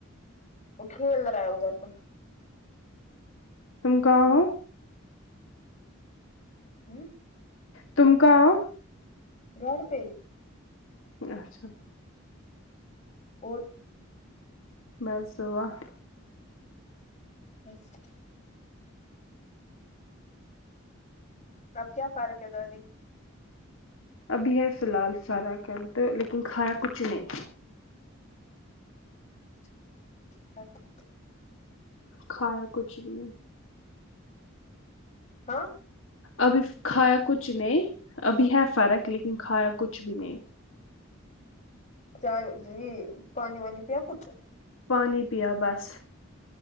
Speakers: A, on the left; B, on the left.
A: وہ کھیل رہا ہے ادھر پر
B: تم کہا ہو
A: ہم
B: تم کہا ہو
A: گھر پہ
B: اچھا
A: اور
B: بس دعا
A: جی اب کیا فرق ہے دادی کو
B: ابھی ہے فی الحال سارا کنٹ لیکن کھایا کچھ نہیں
A: اچھا اچھا ختم
B: کھایا کچھ بھی نہیں
A: ہاں
B: ابھی کھایا کچھ نہیں ابھی ہے فرق لیکن کھایا کچھ بھی نہیں
A: چاہ یہ پانی وانی پیا کچھ
B: پانی پیا بس